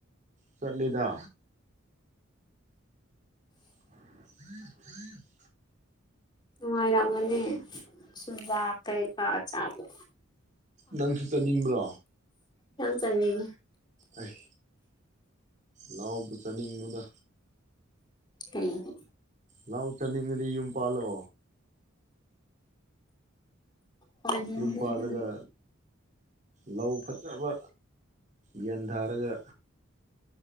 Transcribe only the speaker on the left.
ꯅꯨꯡꯉꯥꯏꯔꯝꯒꯅꯤ ꯁꯨꯖꯥꯛ ꯀꯩꯀꯥ ꯆꯥꯕꯗꯣ
ꯌꯥꯝ ꯆꯠꯅꯤꯡꯉꯦ
ꯀꯩꯒꯤ
ꯆꯥꯅꯤꯡꯗꯦ
ꯑꯗꯨꯗꯤ